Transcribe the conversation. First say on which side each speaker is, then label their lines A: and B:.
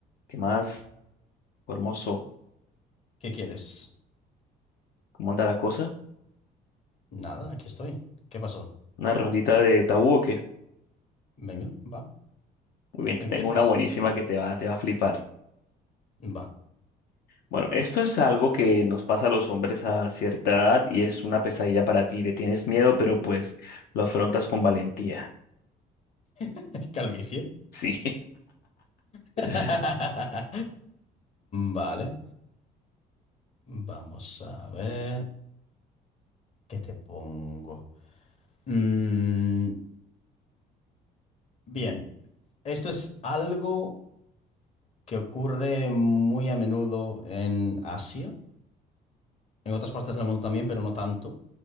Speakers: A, on the left; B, on the left.
A: ¿Qué más, hermoso?
B: ¿Qué quieres?
A: ¿Cómo anda la cosa?
B: Nada, aquí estoy. ¿Qué pasó?
A: ¿Una rondita de tabú o qué?
B: Venga, va.
A: Muy bien, te
B: ¿Empiezas?
A: tengo una buenísima que te va, te va a flipar.
B: Va.
A: Bueno, esto es algo que nos pasa a los hombres a cierta edad y es una pesadilla para ti. Le tienes miedo, pero pues lo afrontas con valentía.
B: <laughs> Calvicie.
A: Sí.
B: <laughs>
A: <laughs>
B: Vale. Vamos a ver. ¿Qué te pongo? Mm, bien. Esto es algo que ocurre muy a menudo en Asia, en otras partes del mundo también, pero no tanto.